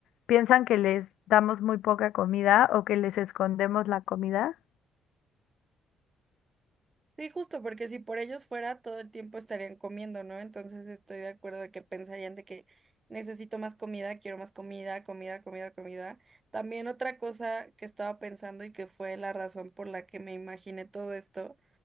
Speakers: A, on the left; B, on the right.
A: piensan que les damos muy poca comida o que les escondemos la comida.
B: Sí, justo porque si por ellos fuera, todo el tiempo estarían comiendo, ¿no? Entonces estoy de acuerdo de que pensarían de que necesito más comida, quiero más comida, comida, comida, comida. También otra cosa que estaba pensando y que fue la razón por la que me imaginé todo esto,